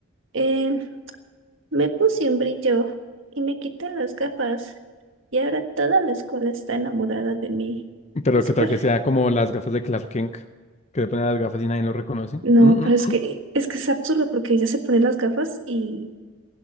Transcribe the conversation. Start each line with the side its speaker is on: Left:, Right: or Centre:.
Right: eh, me puse un brillo y me quité las gafas y ahora toda la escuela está enamorada de mí.
Left: Pero
Right: Es
Left: que
Right: por-
Left: tal que sea como las gafas de Clark Kent, que se ponen las gafas y nadie lo reconoce.
Right: No,
Left: Mm, mm,
Right: pero es que,
Left: mm.
Right: es que es absurdo porque ella se pone las gafas y